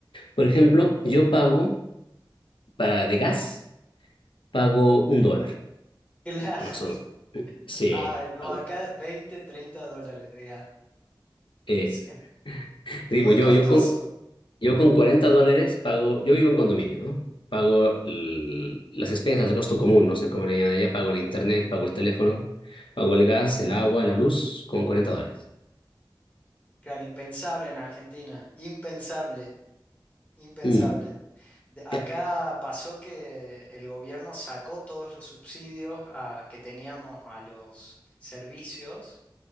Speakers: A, on the left (about 80°); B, on the left (about 15°).
A: Por ejemplo, yo pago para de gas, pago un dólar,
B: <laughs> claro.
A: más o menos. Sí,
B: Ah, no,
A: pago.
B: acá 20 30 dólares, de gas.
A: Eh,
B: Es muy
A: digo, yo,
B: costoso.
A: yo, con, yo con 40 dólares pago, yo vivo en condominio, ¿no? Pago l- las expensas, el gasto común, no sé cómo le llaman allá, pago el internet, pago el teléfono, pago el gas, el agua, la luz, con cuarenta dólares.
B: Claro, impensable en Argentina, impensable, impensable.
A: Mm,
B: De- Acá
A: ya.
B: pasó que el gobierno sacó todos los subsidios ah, que teníamos a los servicios